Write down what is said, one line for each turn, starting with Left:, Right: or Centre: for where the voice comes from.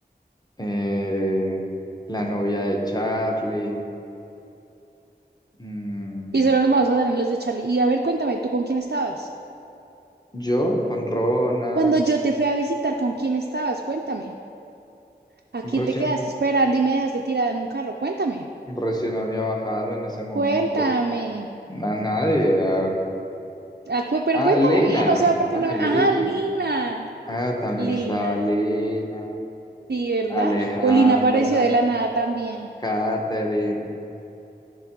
Left: Eh, la novia de Charlie, mm,
Right: Y solo nos vamos a dar en los de Charlie. Y a ver, cuéntame, ¿tú con quién estabas?
Left: yo con Ronald,
Right: Cuando yo te fui a visitar, ¿con quién estabas? Cuéntame. ¿A
Left: recién,
Right: quién te quedaste esperando y me dejaste tirada en un carro? Cuéntame.
Left: recién había bajado en ese momento,
Right: Cuéntame.
Left: a nadie, a,
Right: Ah, cu- pero
Left: a
Right: cuéntame
Left: Lena,
Right: bien, o sea, porque
Left: a
Right: no me...
Left: Lena,
Right: Ajá, Lina.
Left: ah, también
Right: Lina.
Left: estaba Lena,
Right: Sí, ¿verdad?
Left: Alejandra,
Right: O Lina apareció de la nada también.
Left: Katherine,